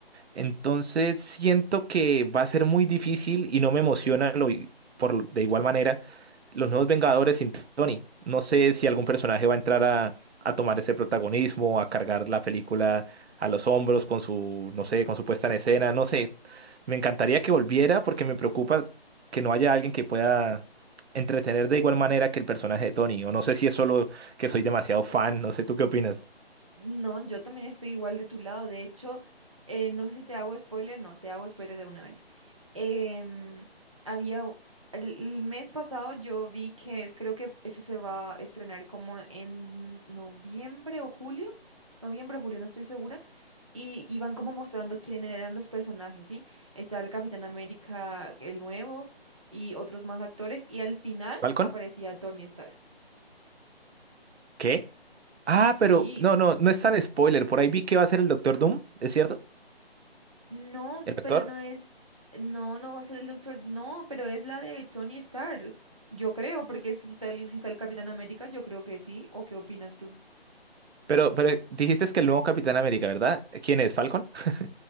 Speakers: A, on the right; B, on the right.
A: Entonces siento que va a ser muy difícil y no me emociona lo, i- por, de igual manera los nuevos Vengadores sin Tony. No sé si algún personaje va a entrar a, a tomar ese protagonismo, a cargar la película a los hombros con su, no sé, con su puesta en escena, no sé. Me encantaría que volviera porque me preocupa que no haya alguien que pueda entretener de igual manera que el personaje de Tony. O no sé si es solo que soy demasiado fan, no sé, ¿tú qué opinas?
B: No, yo también estoy igual de tu lado. De hecho, eh, no sé si te hago spoiler, no, te hago spoiler de una vez. Em, había, u- el, el mes pasado yo vi que creo que eso se va a estrenar como en noviembre o julio, noviembre o julio, no estoy segura, y iban como mostrando quiénes eran los personajes, ¿sí? Estaba el Capitán América, el nuevo, y otros más actores, y al final
A: ¿Falcon?
B: aparecía Tony Stark.
A: ¿Qué? Ah,
B: Sí.
A: pero no, no, no es tan spoiler. Por ahí vi que va a ser el Doctor Doom, ¿es cierto?
B: No,
A: El actor.
B: pero no es, no, no va a ser el Doctor, no, pero es la de Tony Stark, yo creo, porque si está, el- si está el Capitán América, yo creo que sí, ¿o qué opinas tú?
A: Pero, pero dijiste que el nuevo Capitán América, ¿verdad? ¿Quién es? ¿Falcon? <laughs>